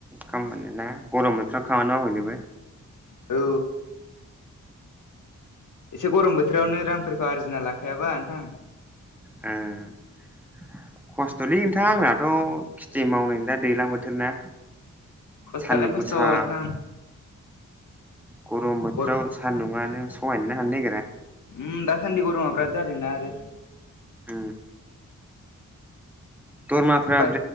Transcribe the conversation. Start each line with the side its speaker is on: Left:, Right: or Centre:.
Centre: खामानि ना गरम बोथोराव खामानि मावहैनोबो
Left: औ एसे गरम बोथोरावनो रांफोरखौ आरजिना लाखायाबा नोंथां
Centre: <unintelligible> खस्थ'लै नोंथां आंनाथ' खिथि मावनाय दा दैज्लां बोथोर ना।
Left: खस्थ'आलाय
Centre: सानदुं
Left: खस्थ'
Centre: गुसा
Left: नोंथां
Centre: गरम बोथोराव
Left: गर
Centre: सान्दुंङा नो सहायनोनो हानो नागिरा।
Left: उम दासान्दि गरमा बिराद जादोंना आरो
Centre: <unintelligible> दरमाफ्रा
Left: ओमफ्राय